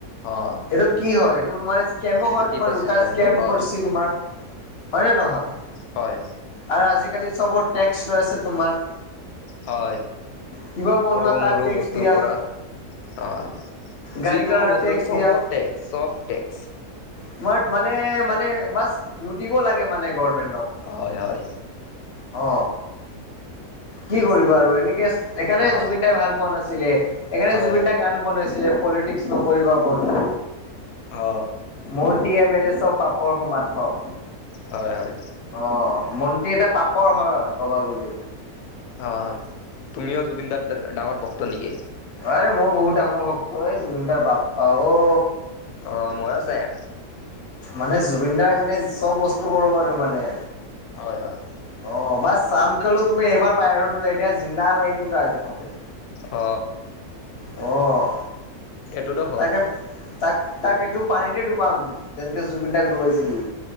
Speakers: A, on the left (about 80°); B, on the left (about 55°).
A: অ
B: এইটো কি হয় এইটো মানে স্কেমো
A: এইটো
B: হয়
A: কিবা
B: তোমাৰ লোটাছ
A: চিষ্টেম
B: স্কেম
A: হয়
B: কৰিছি তোমাৰ হয় নে নহয়
A: হয়
B: আৰু আজিকালি চবৰ টেক্স লৈ আছে তোমাৰ
A: হয়
B: কিবা বনোৱা
A: সৰু
B: তাক
A: মৰো
B: টেক্স
A: বস্তুৰ
B: দিয়া।
A: পৰা অ
B: গাড়ী
A: যিকোনো
B: ল'ৰা
A: বস্তু
B: টেক্স
A: চবৰ
B: দিয়া
A: টেক্স চব টেক্স
B: তোমাৰ মানে মানে বাচ লুটিব লাগে মানে গভমেন্টক
A: হয় হয়
B: অ কি কৰিবা আৰু এনেকে সেকাণে
A: অ
B: জুবিন দাই ভাল পোৱা নাছিলে এইকাণে
A: হয়
B: জুবিন
A: হয়
B: দাই গান বনাইছিলে পলিটিক্স নকৰিবা বন্ধু
A: অ
B: মন্ত্ৰী এম এলে চব পাপৰ সমা থক
A: হয় হয়
B: অ মন্ত্ৰী এতিয়া পাপৰ হয় কবা গলি
A: অ তুমিও জুবিনদাৰ ডাঙৰ ভক্ত নেকি
B: অৰে মই বহুত ডাঙৰ ভক্ত এই জুবিনদাৰ বাপ্পা অ
A: অ মইয়ো চেম
B: মানে জুবিন দাৰ কাৰণে চব বস্তু কৰিব পাৰো মানে
A: হয় হয়
B: অ বাচ শ্যামকালো তুমি এইবাৰ বাহিৰত ওলাই দিয়া জিন্দা মাৰি দিম তাক মই
A: অ
B: অ
A: এইটোতো হয়
B: তাকে তাক তাক এইটো পানীতে ডুবাম যেনেকে জুবিন দাক ডুবাইছিলি